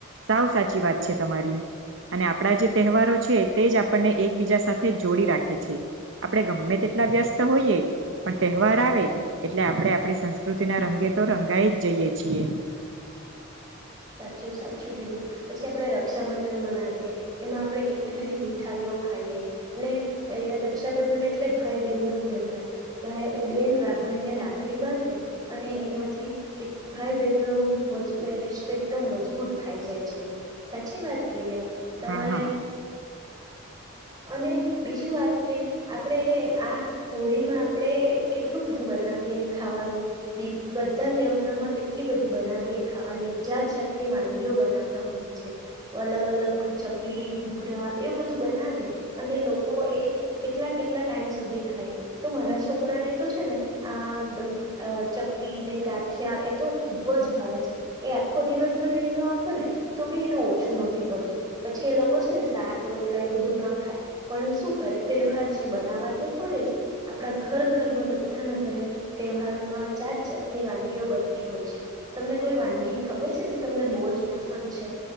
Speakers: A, on the right; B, on the right.
A: સાવ સાચી વાત છે તમારી અને આપણા જે તહેવારો છે તે જ આપણને એકબીજા સાથે જોડી રાખે છે આપણે ગમે તેટલા વ્યસ્ત હોઈએ. પણ તહેવાર આવે એટલે આપણે આપણી સંસ્કૃતિના રંગે તો રંગાઈ જ જઈએ છીએ.
B: સાચું સાચું કીધું પછી આપડણે રક્ષાબંધન મનાવીએ એમાં આપણે કેટલી બધી મીઠાઈઓ ખાઈએ ને રક્ષાબંધન એટલે ભાઈ બહેન નો તહેવાર ભાઈ બેન ભાઈને રાખડી બાંધે અને એનાથી કે ભાઈ બહેનનો મજ મેરી તો એકદમ મજબૂત થાય જાય છે સાચી વાત કે નઈ. તમારે
A: હા હા
B: અને બીજું વાત કે આપડે આ હોળીમાં આપડે કેટલું બધું બનાવીએ ખાવાનું દી બધા તહેવારોમાં કેટલી બધી બનાવીએ ખાવાની જાત જાતની વાનગીઓ બનાવતા હોય છે અલગ અલગ ચકલી ઘૂઘરા એવું બધું બનાવે અને લોકો એ કેટલા કેટલા ટાઈમ સુધી ખાય તો મારા છોકરાને તો છે ને આ દ અ ચકલી ને ગાંઠિયા એ તો ખૂબ જ ભાવે છે. એ આખો દિવસ ભરે એનો આપો ને તો બી એને ઓછું નથી પડતું પછી એ લોકો છે ને શાક રોટલા એ બધું ના ખાય પણ શું કરે તહેવાર છે બનાવવા તો પડે જ આપણા ઘર ઘરમાં બધાના ઘરે તહેવારોમાં જાત જાતની વાનગીઓ બનતી હોય છે તમને કોઈ વાનગી ખબર છે જે તમને બો જ પસંદ છે.